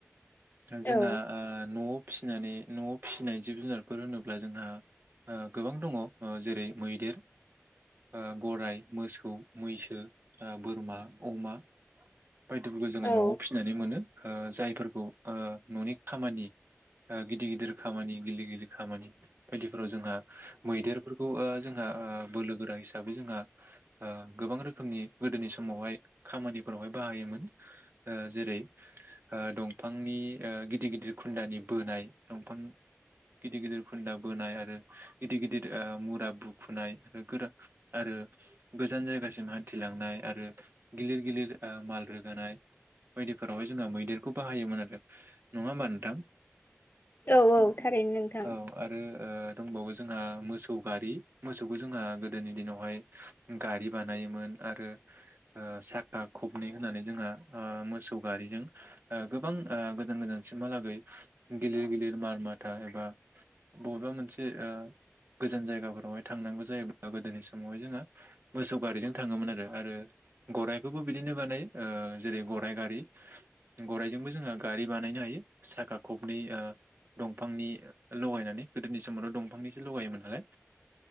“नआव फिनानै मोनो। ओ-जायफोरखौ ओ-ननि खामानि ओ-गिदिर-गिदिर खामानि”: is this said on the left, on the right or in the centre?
Right